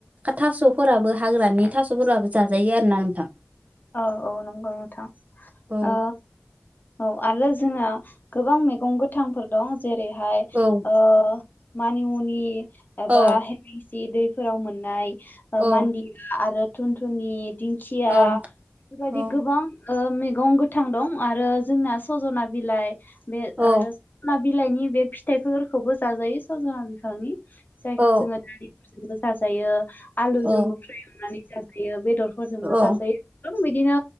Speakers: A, on the right (about 40°); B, on the left (about 50°).
A: थास'फोराबो हाग्रानि थास'फोराबो जाजायो आरो ना नोंथां।
B: औ औ नंगौ नोंथां।
A: औ
B: ओ औ आरो जोंहा गोबां मैगं गोथांफोर दं जेरैहाय
A: औ
B: ओ मानिमुनि एबा
A: औ
B: हेलायसि दैफोराव मोननाय।
A: औ
B: मान्दिया आरो थुनथुनि, दिंखिया
A: औ
B: बेबायाददि
A: औ
B: गोबां मैगं गोथां दं आरो जोंना सजना बिलाइ बे
A: औ
B: आरो सना बिलाइनि बे फिथाइफोरखोबो जाजायो सजना बिफांनि जायखौ
A: औ
B: जोङो दालिफोरजोंबो जाजायो, आलुजोंबो
A: औ
B: फ्राय एवनानै जाजायो, बेदरफोरजोंबो
A: औ
B: जाजायो। बिदिनो